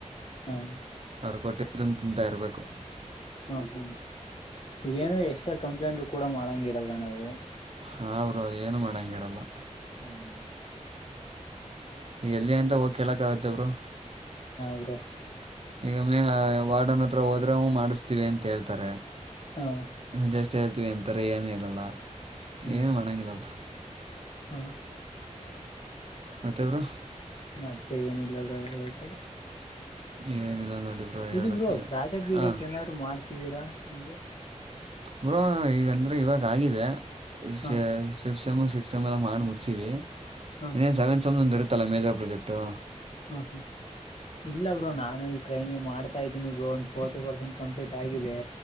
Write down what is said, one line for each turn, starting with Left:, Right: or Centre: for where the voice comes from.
Left: ಹ್ಮ
Right: ಕೊಟಾಂಗ್ಅಂತ ತಿಂತಾ ಇರ್ಬೇಕು
Left: ಹ್ಮ ಹ್ಮ್ ಏನು ಎಕ್ಸ್ಟ್ರಾ ಕಂಪ್ಲೇಂಟ್ ಕೂಡ ಮಾಡಂಗಿರಲ್ಲ ನಾವು
Right: ಹರು ಏನು ಮಾಡಂಗಿರಲ್ಲ
Left: ಹ್ಮ್
Right: ಎಲ್ಲಿ ಎಂತ ಹೋಗ್ ಕೇಳಕ್ ಆಗತ್ತೆಬ್ರು
Left: ನ್ರೋ
Right: ಈಗ ಮೇ ವಾರ್ಡನ್ ಹತ್ರ ಹೋದ್ರೊ ಮಾಡಿಸ್ತೀವಿ ಅಂತ ಹೇಳ್ತಾರೆ
Left: ಹ
Right: ಜಸ್ಟ್ ಅಷ್ಟ ಹೇಳ್ತೀವಿ ಅಂತಾರೆ ಏನು ಹೇಳಲ್ಲ
Left: ಹ್ಮ್
Right: ಏನು ಮಾಡೋಂಗಿಲ್ಲ ಅವರು
Left: ಹ
Right: ಮತ್ತೆವರು
Left: ಮತ್ತೆ ಏನಿಲ್ಲ ಬರು ಹಳ್ಬೇಕಲ್ಲ
Right: ಏನಿಲ್ಲ ನೋಡಿ ಹೇಳ್ಬೇಕು
Left: ಇದು ಬ್ರೋ
Right: ನೀವೇ
Left: ಪ್ರಾಜೆಕ್ಟ್ ಗೀಗ
Right: ಹಾಂ
Left: ಏನಾದ್ರು ಮಾಡ್ತಿದ್ದೀರಾ ನಿಂಗೆ
Right: ಬ್ರೋ ಈಗಂದ್ರೆ ಇವಾಗ ಆಗಿದೆ ಫ್
Left: ಹ
Right: ಸೆಮ್ ಸಿಕ್ಸ್ತ್ ಎಮ ಎಲ್ಲ ಮಾಡಿ ಮುಗಗ್ಿಸೀವಿ
Left: ಹ
Right: ಇನ್ನೇನು ಸೆವೆಂತ್ ಎಮ್ನೊಂದು ಇರುತ್ತಲ್ಲ ಮೇಜರ್ ಪ್ರಾಜೆಟು
Left: ಹಾ ಹಾ ಇಲ್ಲ ಇ ನಾನು ಟ್ರೈನಿ ಮಾಡ್ತ ಇದೀನಿ ಬರು ಒಂದು ಫೋರ್ಿ ಪರ್ಸೆಂಟ್ ಕಂಪ್ಲೀಟ್ ಆಗಿದೆ